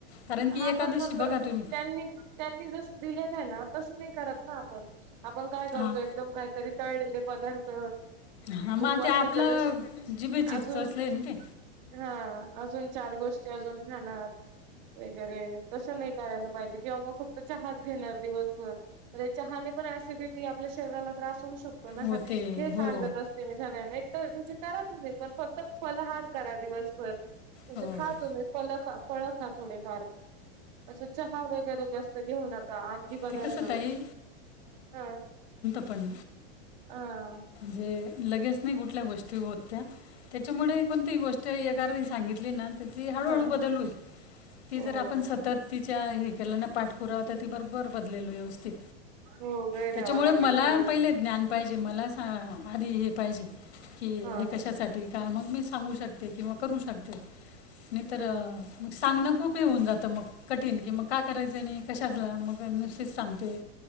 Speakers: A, on the left (about 85°); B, on the right (about 45°).
A: कारण की
B: हा
A: एकादशी
B: पण मग
A: बघा तुम्ही
B: त्यांनी त्यांनी जस दिलेलं आहे ना तसं नाही करत ना आपण आपण काय करतो
A: हां
B: एकदम काहीतरी तळलेले पदार्थ
A: ह मग
B: उपवासाच्या
A: ते आपलं
B: दिवशी
A: जिभेची
B: अजून
A: च असलंय ना ते
B: हा अजून चार गोष्टी अजून खणार वगैरे तस नाही करायला पाहिजे किंवा मग फक्त चहाच घेणार दिवसभर चहाने पण सिडिटी आपल्या शरीराला त्रास ो सांगत
A: होते हो
B: असते सगळ्यां म्हणजे करा तुम्ही पण फक्त फलार करा दिवसभर म्हणजे
A: हो
B: खा तुम्ही फ ख फळ खा थोडेफार असं चहा वगैरे जास्त घेऊ नका आंबी बदत
A: ते कसं ताई
B: हा
A: पजपण
B: हा.
A: जे लगेच नाही कुठल्या गोष्टी होत त्या त्याच्यामुळे कोणती गोष्ट ए सांगितली ना त्याली हळूहळू
B: हा
A: बदलू आहे ती
B: हो
A: जर आपण सतत त च्या हे केल्या ना पाठपुरावाता ती बरोबर बदलेल व्यवस्थित
B: हो वेळ
A: त्याच्यामुळे
B: द्यावा लागेल
A: मला
B: थोडस
A: पहिले ज्ञान पाहिजे मला आधी हे पाहिजे की
B: हा
A: हे कशासाठी
B: हा.
A: का मग मी सांगू शकते किंवा करू शकते नाही
B: हो
A: तर सांग खूप खूप ये होऊन जातं मग कठीण की मग काय करायचं आणि कशा असल्या मग नुसतीच सांगते